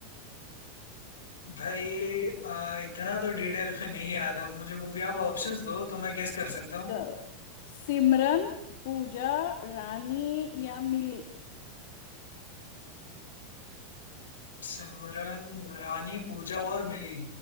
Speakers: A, on the left; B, on the left.
A: भाई आ, इतना तो डिटेल में नहीं याद है मुझे मूवी आप ऑप्शंस दो तो मैं गेस कर सकता हूँ
B: चलो सिमरन पूजा रानी या मिली
A: सिमरन रानी पूजा और मिली